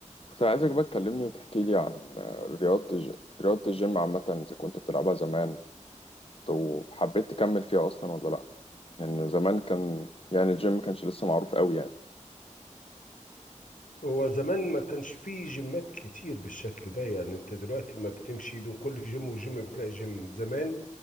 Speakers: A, on the left; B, on the left.
A: كنت عايزك بقى تكلمني وتحكي لي عن رياضة الج... رياضة الجيم عامة إذا كنت بتلعبها زمان وحبيت تكمل فيها أصلا ولا لأ لأن زمان كان يعني الجيم ما كانش لسه معروف أوي يعني
B: هو زمان ما كانش فيه جيمات كتير بالشكل ده يعني انت دلوقتي ما بتمشي بين كل جيم وجيم بتلاقي جيم زمان